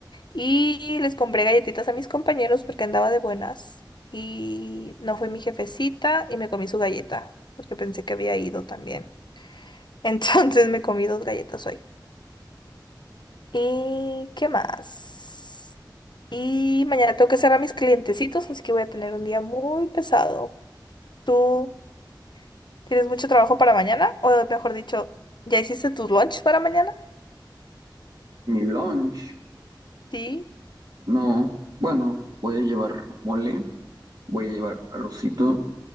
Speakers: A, on the left; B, on the right.
A: Y les compré galletitas a mis compañeros porque andaba de buenas. Y no fue mi jefecita y me comí su galleta porque pensé que había ido también. <laughs> Entonces me comí dos galletas hoy. ¿Y qué más? Y mañana tengo que cerrar mis clientecitos, así que voy a tener un día muy pesado. ¿Tú? ¿Tienes mucho trabajo para mañana? O mejor dicho, ¿ya hiciste tus lunch para mañana?
B: Mi lunch,
A: Sí,
B: no. Bueno, voy a llevar mole, voy a llevar arrocito